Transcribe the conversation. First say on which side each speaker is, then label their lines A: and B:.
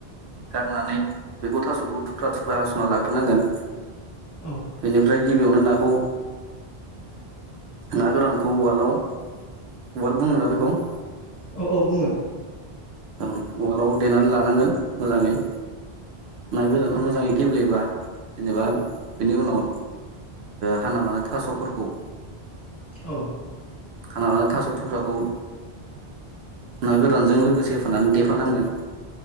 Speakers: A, on the right (about 85°); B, on the left (about 35°).
A: गारनानै बेखौ थास'खौ थुख्रा थुख्रा हासुना लाग्रोनांगोन
B: औ
A: बेनिफ्राय गिबियावनो नाखौ ना गोरानखौ उवालाव उवाल बुङोना बेखौ
B: औ औ बुङो
A: ओं ववालाव देनानै लानांगोन मोजाङै ना गोराना मोजाङै गेब्लेबा जेनेबा बेनि उनाव हाना लानाय थास'फोरखौ
B: औ
A: खाना लानानै थास' थुख्राखौ ना गोरानजों लोगोसे होफानानै देफानांगोन।